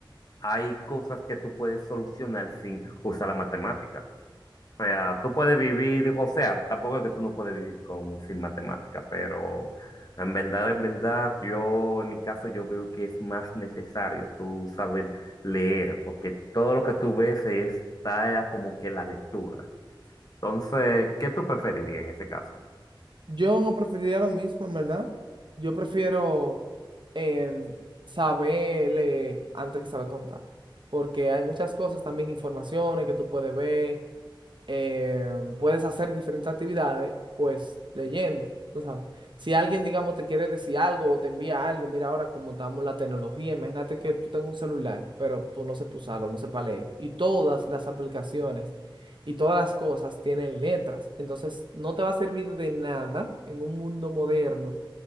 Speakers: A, on the left; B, on the right.
A: hay cosas que tú puedes solucionar sin usar la matemática. O sea, tú puedes vivir, o sea, tampoco es que tú no puedes vivir con, sin matemática, pero en verdad, en verdad, yo, en mi caso, yo veo que es más necesario tú saber leer, porque todo lo que tú ves está como que la lectura. Entonces, ¿qué tú preferirías en ese caso?
B: Yo preferiría lo mismo, en verdad. Yo prefiero eh, saber leer antes que saber contar, porque hay muchas cosas, también informaciones que tú puedes ver, eh, puedes hacer diferentes actividades, pues leyendo, tú sabes. Si alguien, digamos, te quiere decir algo o te envía algo, mira ahora cómo estamos la tecnología, imagínate que tú tengas un celular, pero tú no sepas usarlo, no sepas leer. Y todas las aplicaciones y todas las cosas tienen letras, entonces no te va a servir de nada en un mundo moderno